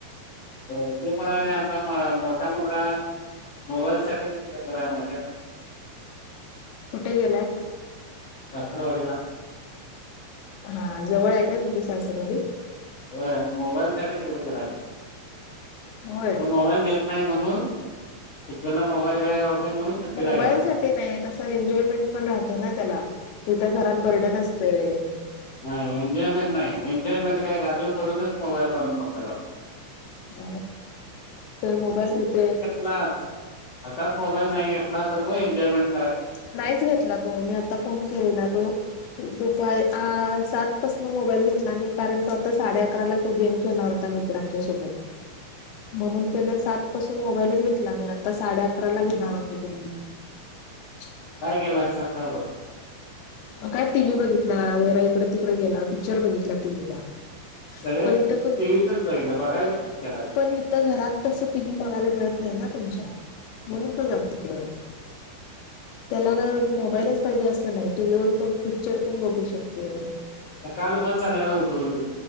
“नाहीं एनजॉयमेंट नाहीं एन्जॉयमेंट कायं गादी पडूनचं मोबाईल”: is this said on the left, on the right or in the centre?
Left